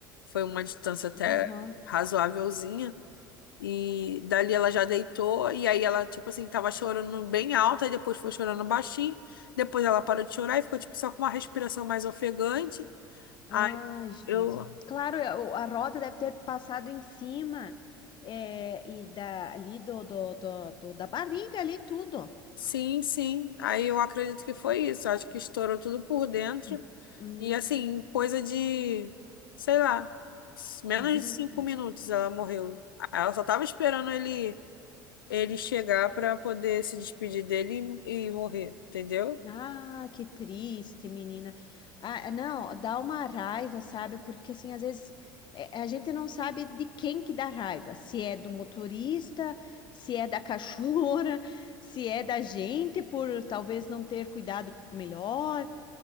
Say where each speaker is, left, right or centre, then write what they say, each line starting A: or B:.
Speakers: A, on the left; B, on the left.
A: Foi uma distância até
B: Aham.
A: razoávelzinha. E dali ela já deitou, e aí ela, tipo assim, tava chorando bem alta, e depois foi chorando baixinho. Depois ela parou de chorar e ficou, tipo, só com uma respiração mais ofegante.
B: Ai,
A: Aí
B: gente.
A: eu
B: Claro, é, o- a roda deve ter passado em cima é, e da, ali do, do, do, do- da barriga ali tudo.
A: Sim, sim. Aí eu acredito que foi isso. Acho que estourou tudo por dentro.
B: Hum, hum,
A: E assim, coisa de, sei lá, menos
B: de-
A: de cinco minutos ela morreu. Ela só tava esperando ele, ele chegar para poder se despedir dele e, e morrer, entendeu?
B: Ah, que triste, menina. Ah, é, não, dá uma raiva, sabe? Porque assim, às vezes é, a gente não sabe de quem que dá raiva. Se é do motorista, se é da cachorra, <laughs> se é da gente por talvez não ter cuidado melhor.